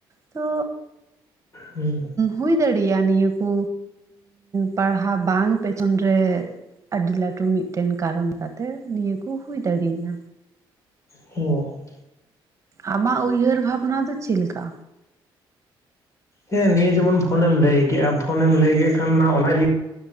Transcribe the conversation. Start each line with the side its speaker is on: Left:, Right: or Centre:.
Right: ᱛᱚ
Left: ᱦᱩᱸ
Right: ᱦᱩᱭ ᱫᱟᱲᱮᱭᱟᱜᱼᱟ ᱱᱤᱭᱟᱹ ᱠᱚ ᱯᱟᱲᱦᱟᱣ ᱵᱟᱝ ᱯᱮᱪᱷᱚᱱ ᱨᱮ ᱟᱹᱰᱤ ᱞᱟᱹᱴᱩ ᱢᱤᱫᱴᱮᱱ ᱠᱟᱨᱚᱱ ᱠᱟᱛᱮᱜ ᱱᱤᱭᱟᱹ ᱠᱚ ᱦᱩᱭ ᱫᱟᱲᱮᱭᱟ᱾
Left: ᱦᱮ
Right: ᱟᱢᱟᱜ ᱩᱭᱦᱟᱹᱨ ᱵᱷᱟᱵᱽᱱᱟ ᱫᱚ ᱪᱮᱫ ᱞᱮᱠᱟ?
Left: ᱦᱮᱸ ᱱᱤᱭᱟᱹ ᱡᱮᱢᱚᱱ ᱯᱷᱳᱱᱮᱢ ᱞᱟᱹᱭ ᱠᱮᱫᱮᱜᱼᱟ ᱯᱷᱳᱱᱮᱢ ᱞᱟᱹᱭ ᱠᱮᱫ ᱠᱷᱟᱱ ᱚᱱᱟ ᱡᱤ